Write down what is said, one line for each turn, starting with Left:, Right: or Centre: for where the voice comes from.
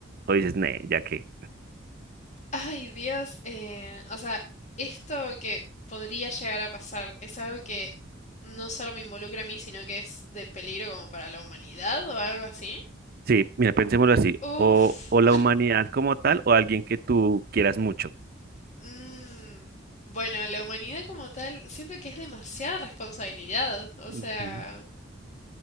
Right: o dices, nee, ya que?
Left: Ay, Dios. eh, o sea, esto que podría llegar a pasar es algo que no solo me involucra a mí, sino que es de peligro como para la humanidad o algo así.
Right: Sí, mira, pensémoslo así.
Left: Uf.
Right: O, o la humanidad como tal, o alguien que tú quieras mucho.
Left: Mm, bueno, la humanidad como tal, siento que es demasiada responsabilidad. O
Right: Ujú.
Left: sea,